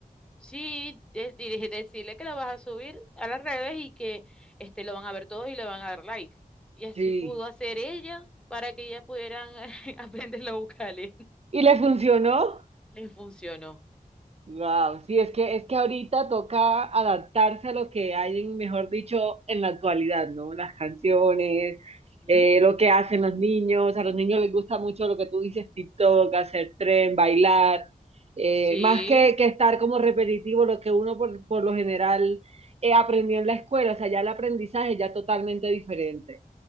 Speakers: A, in the centre; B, on the right.
A: Sí, de- dirige- decirle que la vas a subir a las redes y que este, lo van a ver todos y le van a dar like. Y así
B: Sí.
A: pudo hacer ella para que ya pudieran <laughs> aprender los vocales.
B: ¿Y le funcionó?
A: Les <laughs> funcionó.
B: Wow, sí, es que es que ahorita toca adaptarse a lo que hay, en- mejor dicho, en la actualidad, ¿no? Las canciones,
A: Ujú.
B: eh, lo que hacen los niños, a los niños les gusta mucho lo que tú dices, TikTok, hacer tren, bailar, eh,
A: Sí.
B: más que, que estar como repetitivo lo que uno por, por lo general eh, aprendió en la escuela, o sea, ya el aprendizaje ya es totalmente diferente.